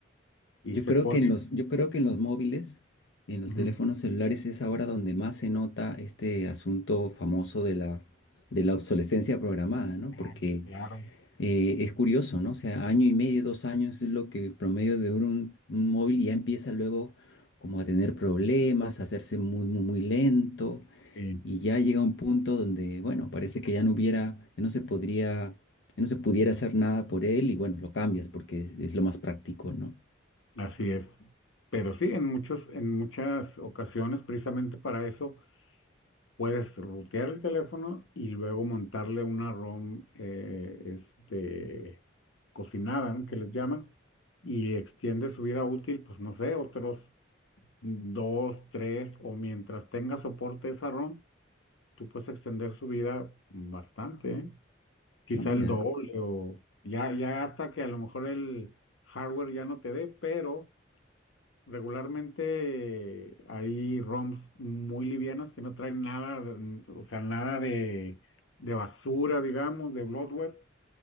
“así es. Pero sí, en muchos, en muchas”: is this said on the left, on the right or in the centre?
Left